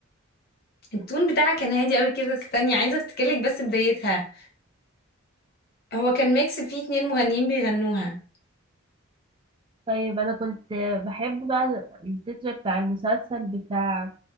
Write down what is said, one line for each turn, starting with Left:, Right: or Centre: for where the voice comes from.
Left: التون بتاعها كان هادي قوي كده استني عايزه افتكرلك بس بدايتها هو كان ميكس فيه اتنين مغنيين بيغنوها
Right: طيب انا كنت بحب بقى التتر بتاع المسلسل بتاع